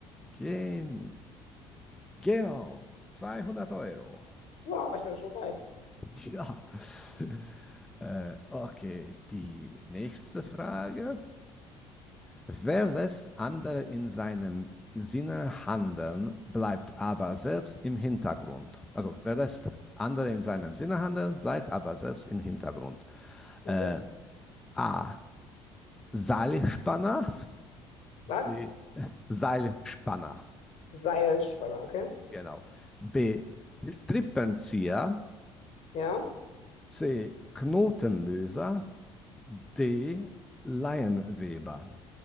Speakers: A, in the centre; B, on the left.
A: Gen genau, 200 Euro.
B: Wow, ich bin schon reich.
A: <laughs> Ja, äh, okay, die nächste Frage. Wer lässt andere in seinem Sinne handeln, bleibt aber selbst im Hintergrund. Also wer lässt andere in seinem Sinne handeln, bleibt aber selbst im Hintergrund. Äh,
B: Mhm.
A: A. Seilspanner.
B: Was?
A: B. Seilspanner.
B: Seilspanner, okay?
A: Genau. B. Strippenzieher.
B: Ja.
A: C. Knotenlöser. D. Laienweber.